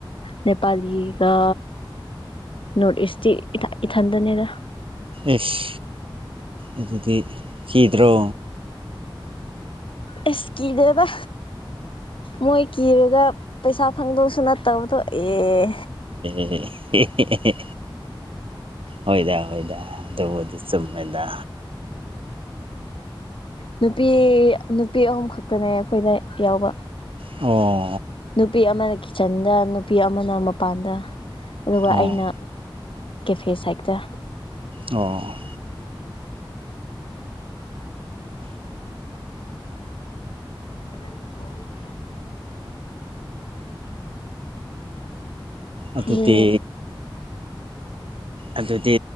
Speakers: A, on the left; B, on the right.
A: ꯅꯦꯄꯥꯂꯤꯒ ꯅꯣꯔꯠ ꯏꯁꯇꯤ ꯏ ꯏꯊꯟꯗꯅꯦꯗ
B: ꯑꯦꯁ ꯑꯗꯨꯗꯤ ꯀꯤꯗ꯭ꯔꯣ
A: ꯑꯁ ꯀꯤꯗꯦꯗ ꯃꯣꯏ ꯀꯤꯔꯒ ꯄꯩꯁꯥ ꯐꯪꯗꯧꯁꯨ ꯅꯠꯇꯕꯗꯣ ꯑꯦ
B: ꯑꯦ ꯍꯣꯏꯗ ꯍꯣꯏꯗꯥ ꯑꯗꯨꯕꯨꯗꯤ ꯆꯨꯝꯃꯦꯗ
A: ꯅꯨꯄꯤ ꯅꯨꯄꯤ ꯑꯍꯨꯝ ꯈꯛꯇꯅꯦ ꯑꯩꯈꯣꯏꯅ ꯌꯥꯎꯕ
B: ꯑꯣ
A: ꯅꯨꯄꯤ ꯑꯃꯅ ꯀꯤꯠꯆꯟꯗ ꯅꯨꯄꯤ ꯑꯃꯅ ꯃꯄꯥꯟꯗ ꯑꯗꯨꯒ
B: ꯑꯣ
A: ꯑꯩꯅ ꯀꯦꯐꯦ ꯁꯥꯏꯠꯇ
B: ꯑꯣ
A: <inaudible>
B: ꯑꯗꯨꯗꯤ
A: ꯃꯤ
B: ꯑꯗꯨꯗꯤ